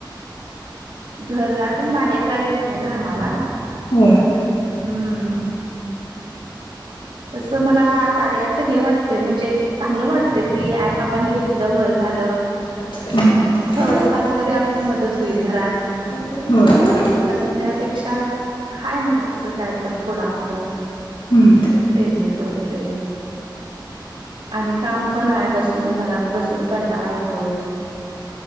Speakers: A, on the right (about 80°); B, on the left (about 80°).
A: घरातून बाहेर जायला येत नाही ना आम्हाला
B: होय
A: हम्म तसं मला कार्याच हे वाटतय, म्हणजे चांगलं वाटतय की ऍप आपण घेतलं बर झालं.
B: हम्
A: थोडंफार तरी आपली मदत होईल घरात.
B: होय.
A: ण्यापेक्षा हाय म्हणायचं काय तर थोड आपलं.
B: हम्म
A: पेमेंट वगैरे. आणि काम पण आहे बसून घरात बसून कंटाळा येतो.